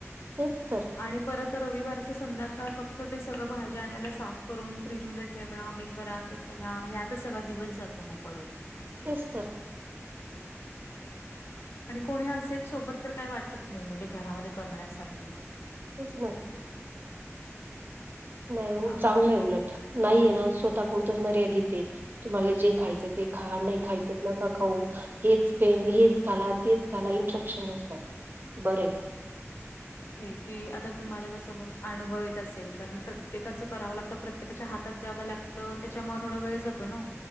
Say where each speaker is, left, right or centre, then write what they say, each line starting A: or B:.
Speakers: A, on the right (about 40°); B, on the left (about 55°).
A: तेच तर
B: आणि परत रविवारच संध्याकाळ फक्त ते सगळं भाजी आणल्याला साफ करून फ्रीजमध्ये ठेव आहे करा ते करा यात सगळा दिवस जातो मग परत
A: तेच तर
B: आणि कोणी असेल सोबत तर काही वाटत नाही म्हणजे घरामध्ये करण्यासाठी
A: तेच ना नाही ओ
B: हां
A: चांगलं
B: मग
A: आहे उलट नाहीये ना स्वतःपरतच मर्यादेत तुम्हाला जे खायचं ते खा नाही खायच नका खाऊ हेच प हेच खालात तेच घालि इंट्रक्शन नसतात बरं
B: कि आता तुम्हाला कसं अनुभव येत असेल कारण प्रत्येकाचं करावं लागत प्रत्ये त्याच्या हातात द्यावं लागतं त्याच्यामुळे थोडा वेळ जातो. ना ओ